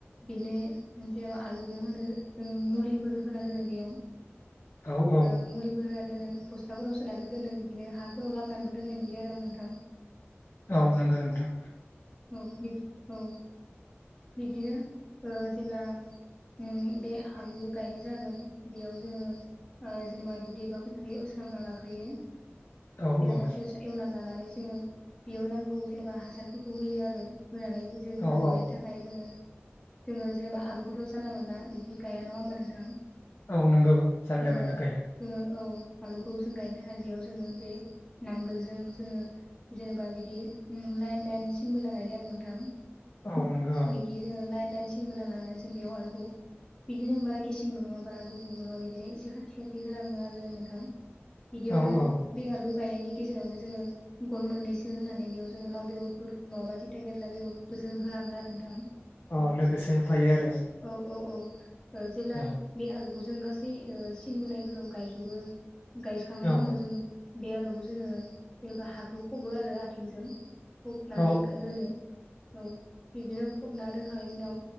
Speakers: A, on the left; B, on the left.
A: बेनो जेन आलुनो होनो जों मुलिफोर होना दोनो बेयाव
B: औ औ
A: ओ मुलिफोर होना दोनो। बस्थाफोराव सोनानैबो दोनो बिदिनो हाफोराव लामनानैबो दोननाय नुयो आरो आं नोंथां।
B: औ नंगौ नोंथां।
A: औ बि औ बिब्दिनो ओ जेब्ला ओम बे आलु गायनाय जागोन बेयाव जोङो ओ जेनेबा दुब्लि एबा फोथार एवस्रांना लाग्रोयो।
B: औ
A: जेनेबा
B: औ
A: एवस्रां एउनानै लानानै जोङो बेयाव नांगौ जेनेबा हासारफोर खौ होयो आरो। होनानै जों
B: औ
A: आलु
B: औ
A: गायनो थाखाय जोङो जोङो जेनेबा आलुखौथ' जानला मोनला बिदि गाया नङा होमबा नोंथां
B: औ नोंगौ जानला
A: जोङो
B: मोनला गाया
A: जोङो औ आलुखौ जों गायनो थाखाय बेयाव जोङो बे नांगोलजों जोङो जेनेबा बिदि लाइन- लाइन सिन बोना लायो आरो नोंथां
B: औ नंगौ
A: बिदिनो लाइन -लाइन सिन बोना लनानै जों बेयाव आलुखौ बिदिनो बारा गेसेंबो नङा बारा गुबुंबो नङा बिदिनो एसे खाथि -खाथि होलाङो आरो जों नोंथां बिदियावनो
B: औ औ
A: बे आलु गायनायनि गेजेरावनो जोङो गन मोननैसो होननानै बेयाव जोङो लाव बेगरफोर नङाबा थिथा खेरला बेगरफोरखौबो जों होलाङो आरो नोंथां
B: औ लोगोसे होफायो आरो
A: औ -औ- औ जेब्ला
B: औ
A: बे आलु जों गासै ओ सिन बोनायफोराव गायजोबो गायखांनायनि
B: औ
A: उनाव जों बे आलुखौ जोङो जेनेबा हाखौ फबो आरो आथिंजों नानै
B: औ
A: गोदोनो औ बिदिनो फबना दोन थाखांनायनि उनाव